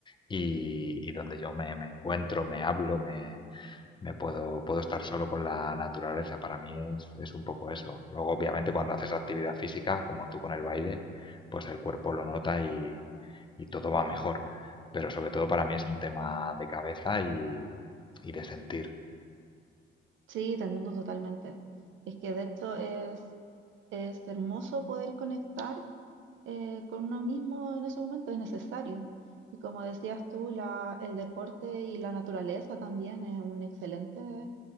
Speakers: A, on the left (about 25°); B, on the right (about 75°).
A: y, y donde yo me, me encuentro, me hablo, me, me puedo, puedo estar solo con la naturaleza. Para mí es, es un poco eso. Luego, obviamente, cuando haces actividad física, como tú con el baile, pues el cuerpo lo nota y, y todo va mejor. Pero sobre todo para mí es un tema de cabeza y, y de sentir.
B: Sí, te entiendo totalmente. Es que de hecho es, es hermoso poder conectar eh, con uno mismo en ese momento, es necesario. Y como decías tú, la, el deporte y la naturaleza también es una excelente